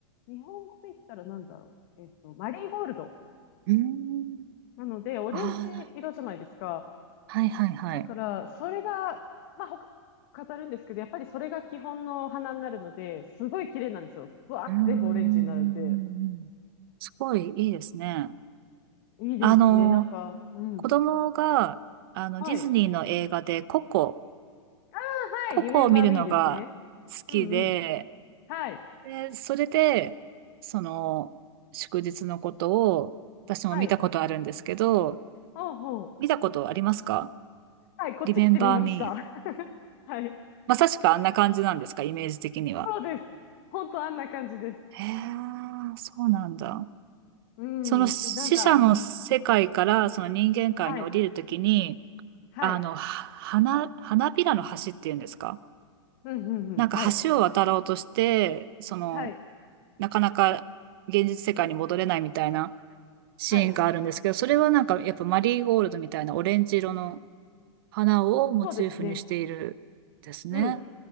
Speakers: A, on the left; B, on the right.
A: 日本語で言ったらなんだろう。えっと、マリーゴールド。
B: うん。
A: なので、オレンジ色じゃないですか。
B: ああ、はいはいはい。
A: だから、それが、まあ、他に飾るんですけど、やっぱりそれが基本の花になるので、すごい綺麗なんですよ。ブワーって全部オレンジになるんで。
B: うん、うんうんうんすごいいいですね。
A: いいですね。
B: あの、
A: なんか、うん。
B: 子供が、あの、
A: はい。
B: ディズニーの映画でココ、
A: あ
B: ココを見るのが好きで、
A: はい、リメンバーミーですね。うんうん。はい。
B: で、それで、その、祝日のことを、私も見たことあるんですけど、
A: はい。ほうほう。
B: 見たことありますか
A: はい、こっち来てみました。
B: Remember Me
A: <laughs> はい。
B: まさしくあんな感じなんですか、イメージ的には。
A: そうです。ほんとあんな感じです。
B: へえ、そうなんだ。
A: うん、
B: その死者の世界からその人間界に降りるときに、
A: すなんかね。はい。はい。
B: あの、は花、花びらの橋っていうんですか
A: うんうんうん。
B: なんか橋を渡ろうとして、
A: はい。
B: その、
A: はい。
B: なかなか現実世界に戻れないみたいなシーンがあるんですけど、
A: はい。
B: それはなんかやっぱマリーゴールドみたいなオレンジ色の花をモチーフにしているですね。
A: そうですね。うん。